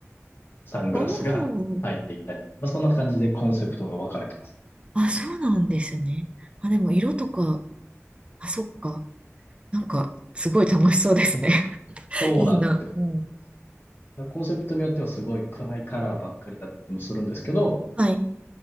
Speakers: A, on the left; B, on the right.
A: サングラスが入っていたり、
B: おお。
A: まあ、そんな感じでコンセプトが分かれてます。
B: あ、そうなんですね。あ、でも色とか、あ、そっか。なんか、すごい楽しそうですね。<laughs>
A: そうなんですよ。
B: いいな。うん。
A: だからコンセプトによってはすごい暗いカラーばっかりだったりもするんですけど、
B: はい。